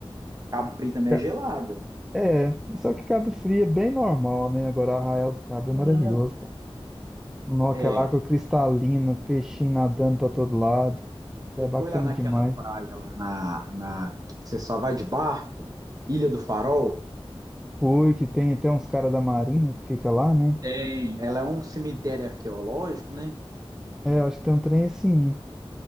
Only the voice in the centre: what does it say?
Ca-
É, só que Cabo Frio é bem normal, né? Agora Arraial do Cabo
é maravilhoso, cara. Não, aquela
água cristalina, peixinho nadando pra todo lado. É
bacana
demais.
Fui, que tem até uns caras da Marinha que fica lá, né?
É, eu acho que tem um trem assim.